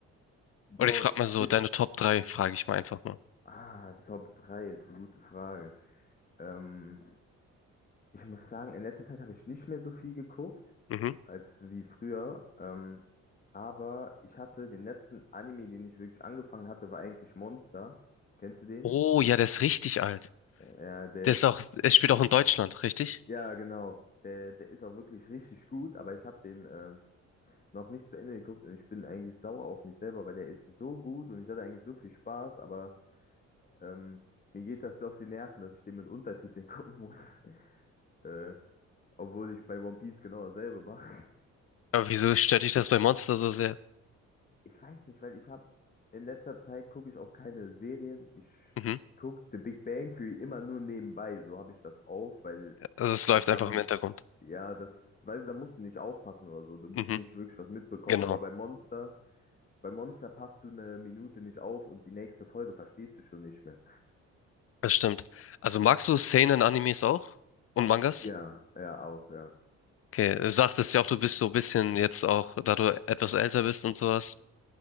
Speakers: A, on the left; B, on the left.
A: boah,
B: Oder ich frage mal so,
A: den,
B: deine Top 3, frage ich mal einfach mal.
A: ah, Top 3, ist eine gute Frage. Ähm, ich muss sagen, in letzter Zeit habe ich nicht mehr so viel geguckt,
B: Mhm.
A: als wie früher. Ähm, aber ich hatte den letzten Anime, den ich wirklich angefangen hatte, war eigentlich Monster. Kennst du den?
B: Oh, ja, der ist richtig alt.
A: Äh, ja, der
B: Der
A: ist,
B: ist auch, es spielt auch in Deutschland, richtig?
A: Ja, genau. Der, der ist auch wirklich richtig gut, aber ich habe den ähm, noch nicht zu Ende geguckt und ich bin eigentlich sauer auf mich selber, weil der ist so gut und ich hatte eigentlich so viel Spaß, aber ähm, mir geht das so auf die Nerven, dass ich den mit Untertiteln <laughs> gucken muss. Äh, obwohl ich bei One Piece genau dasselbe mache.
B: Aber wieso stört dich das bei Monster so sehr?
A: ich weiß nicht, weil ich habe in letzter Zeit gucke ich auch keine Serien. Ich
B: Mhm.
A: gucke The Big Bang Theory immer nur nebenbei. So habe ich das auf, weil
B: Also es läuft
A: dann,
B: einfach im Hintergrund.
A: ja, das, weißt du, da musst du nicht aufpassen oder so. Du musst
B: Mhm.
A: nicht wirklich was mitbekommen.
B: Genau,
A: Aber bei Monster, bei Monster passt du eine Minute nicht auf und die nächste Folge verstehst du schon nicht mehr.
B: das stimmt. Also magst du Seinen-Animes auch? Und Mangas?
A: Ja, ja, auch, ja.
B: Okay, du sagtest ja auch, du bist so ein bisschen jetzt auch, da du etwas älter bist und sowas.